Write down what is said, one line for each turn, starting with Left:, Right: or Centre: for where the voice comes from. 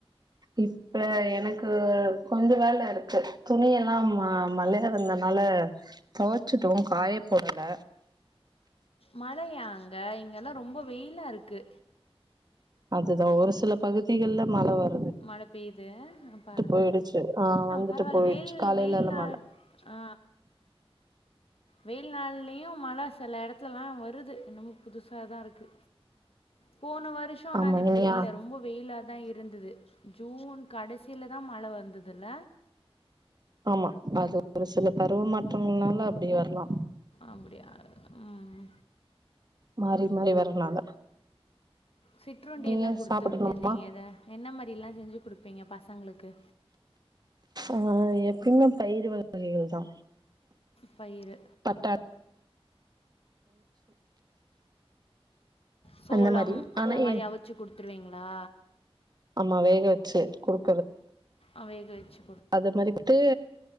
Right: இப்ப எனக்கு கொஞ்ச வேல இருக்கு துணி எல்லா மழையா வந்தனால துவச்சுட்டோ காயப்போடல
Left: மழையா அங்க இங்க எல்லா ரொம்ப வெயிலா இருக்கு
Right: அதுதா ஒரு சில பகுதிகள்ல மழ வரு
Left: மழ பெயுது பரவ
Right: போயிடுச்சு ஆ வந்துட்டு
Left: பரவாயில்ல
Right: போயிடுச்சு
Left: வெயில்
Right: காலையிலல்ல
Left: வெயில்நள்
Right: மழ
Left: ஆ வெயில் நாள் யும் மழ சில இடத்துலலா வருது என்னமோ புதுசா தா இருக்கு போன வருஷம் ஆனா
Right: ஆமா
Left: அது இப்படி
Right: இங்கயா
Left: இல்ல ரொம்ப வெயிலா தா இருந்தது ஜூன் கடைசியிலதா மழ வந்ததுல
Right: ஆமா அது ஒரு சில பருவ மாற்றங்கள்னால அப்படி வரலா
Left: அப்படியா உம்
Right: மாறி மாறி வரனால
Left: சிற்றுண்டி
Right: நீங்க
Left: என்ன குடுத்து
Right: சாப்பிடணுமா
Left: விட்டுருந்தீங்க இத என்ன மாதிரி எல்லா செஞ்சு கொடுப்பீங்க பசங்களுக் க்கு
Right: ஆ எப்பயுமே பயிர் வகைகள் தா
Left: பயிறு
Right: பட்டாணி
Left: சோளம்
Right: அந்த மாரி ஆனா
Left: அந்த மாரி
Right: எ
Left: அவிச்சி கொடுத்து இல்லீங்களா
Right: ஆமா வேகவச்சு குடு
Left: அ வேகவச்சு
Right: அது மரிட்டு